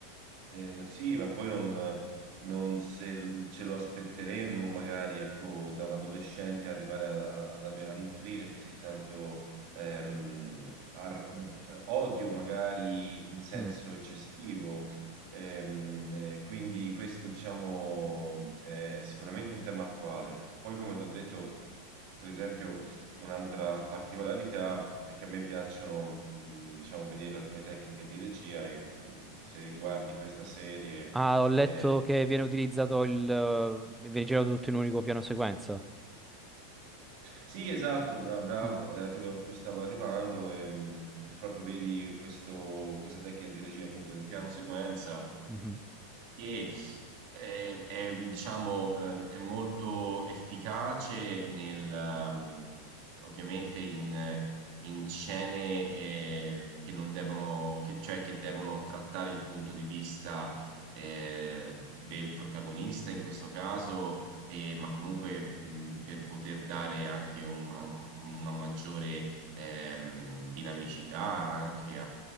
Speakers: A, on the right; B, in the centre.
A: eh, no, sì, ma poi non, non se ce lo aspetteremmo magari ecco, da un adolescente arrivare a, a- ad ave- a nutrire così tanto ehm, ar- odio, magari in senso
B: Mm.
A: eccessivo. Ehm, eh, quindi questo, diciamo, è sicuramente un tema attuale. Poi, come ti ho detto, per esempio. Un'altra particolarità è che a me piacciono, mh, diciamo, vedere alcune tecniche di regia e mh, se guardi questa serie...
B: Ah, ho letto
A: eh,
B: che viene utilizzato il... eh, viene girato tutto in un unico piano sequenza.
A: Sì, esatto, bra- bravo,
B: Mm.
A: era quello a cui stavo arrivando e mh, proprio vedi questo- questa tecnica di regia appunto del piano sequenza
B: Mhm.
A: che è, è, diciamo, ehm, è molto efficace nel, ehm, ovviamente in, in scene eh, che non devono, che- cioè che devono trattare il punto di vista eh, del protagonista in questo caso, eh, ma comunque mh, per poter dare anche un- un- una maggiore ehm, dinamicità anche